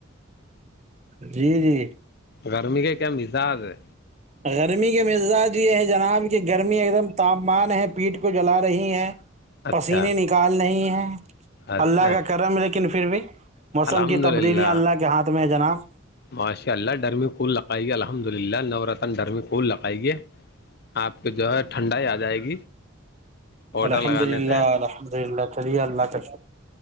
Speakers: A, on the right (about 35°); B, on the left (about 50°).
A: جی جی
B: گرمی کا کیام مزا ہے
A: گرمی کے مزاج یہ ہے جناب کہ گرمی ایک دم تاپمان ہے پیٹ کو جلا رہی ہے پسینے
B: اچھا
A: نکال نہیں ہیں
B: اچھا
A: اللہ کا
B: اچھا
A: کرم لیکن پھر بھی موسم
B: الحمد
A: کی تبدیلیاں
B: للہ
A: اللہ کے ہاتھ میں ہے جناب
B: ماشاء اللہ ڈرمی کھول لگائیے الحمد للہ نور رتن ڈرمی کوول لگائیے آپ کے جو ہے ٹھنڈا ہی آ جائے گی پاؤڈر
A: الحمد
B: لگانے
A: للہ
B: سے
A: الحمد للہ چلیے اللہ کاف